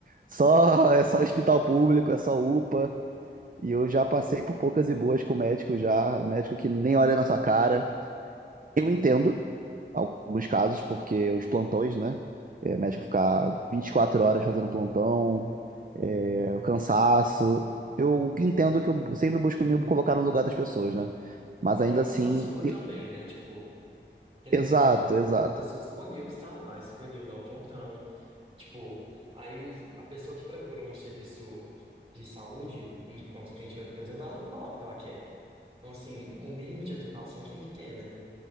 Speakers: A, on the right (about 50°); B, on the right (about 30°).
A: só <laughs> é só hospital público, é só UPA. E eu já passei por poucas e boas com médico já, médico que nem olha na sua cara. Eu entendo alguns casos, porque os plantões, né? É, médico ficar 24 horas fazendo plantão, é, o cansaço. Eu entendo que eu sempre busco me colocar no lugar das pessoas, né? Mas
B: Não
A: ainda
B: é culpa
A: assim.
B: sua
A: te-
B: também, né? Tipo, querendo
A: Exato,
B: ou não, a,
A: exato.
B: a pessoa escolheu estar lá, escolheu dar o plantão. Tipo, aí a pessoa que procura um serviço de saúde, um pronto atendimento, por exemplo, ela não tá lá porque ela quer. Então, assim, o mínimo de educação tem que ter, né?